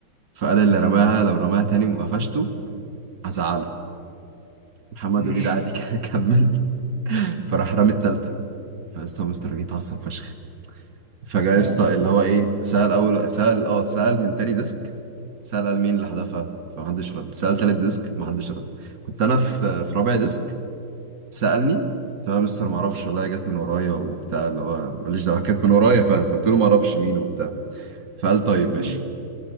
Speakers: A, on the right (about 50°); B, on the right (about 85°).
A: فقال اللي رماها لو رماها تاني وقفشته هزعله محمد
B: امم
A: وليد عادي <laughs> كمل فراح رامي التالتة فاستاذ مستر جه اتعصب فشخ فجاء
B: اه
A: يسطا اللي هو ايه سأل اول سأل اه سأل من تاني ديسك سأل قال مين اللي حذفها فمحدش رد سأل تالت ديسك محدش رد كنت انا في في
B: امم
A: رابع ديسك سألني قلت له يا مستر معرفش والله جت من ورايا وبتاع اللي هو ماليش دعوة كانت من ورايا فاهم فقلت له معرفش مين وبتاع فقال طيب ماشي
B: امم